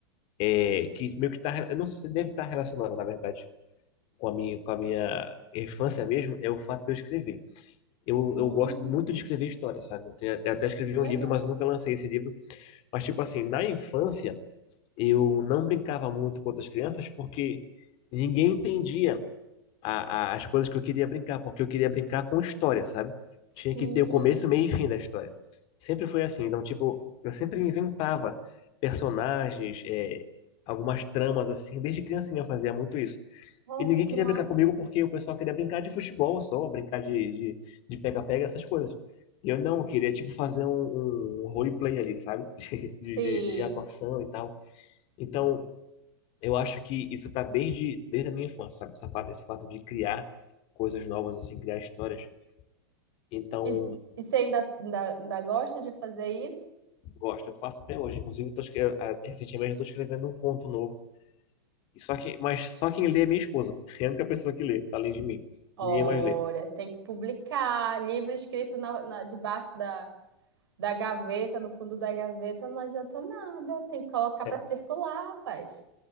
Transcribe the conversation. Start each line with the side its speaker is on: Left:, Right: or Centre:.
Left: é que meio que tá, eu não sei, deve estar relacionado, na verdade, com a minha, com a minha infância mesmo, é o fato de eu escrever. Eu,
Right: Hum,
Left: eu gosto muito de escrever histórias, sabe? Eu tenho- eu até escrevi
Right: legal.
Left: um livro, mas nunca lancei esse livro. Mas, tipo assim, na infância. Eu não brincava muito com outras crianças porque ninguém entendia a- a- as coisas que eu queria brincar, porque eu queria brincar com história, sabe?
Right: Sim.
Left: Tinha que ter o começo, meio e fim da história. Sempre foi assim. Então, tipo, eu sempre inventava personagens, é, algumas tramas assim. Desde criancinha eu fazia muito isso.
Right: Nossa,
Left: E ninguém
Right: que
Left: queria
Right: massa.
Left: brincar comigo porque o pessoal queria brincar de futebol só, brincar de de de pega-pega, essas coisas. E eu não, eu queria, tipo, fazer um, um roleplay ali, sabe? <laughs>
Right: Sim.
Left: De, de, de atuação e tal. Então, eu acho que isso está desde, desde a minha infância, sabe? Essa, fa- esse fato de criar coisas novas, assim, criar histórias. Então,
Right: E, e você ainda, ainda, ainda gosta de fazer isso?
Left: gosto, eu faço até hoje. Inclusive, eu tô, escre- ah, recentemente eu estou escrevendo um conto novo. E só que, mas só quem lê é minha esposa. <laughs> É a única pessoa que lê, além de mim.
Right: Olha,
Left: Ninguém mais lê.
Right: tem que publicar. Livro escrito na, na- debaixo da, da gaveta, no fundo da gaveta, não adianta nada. Tem que colocar para
Left: É.
Right: circular, rapaz.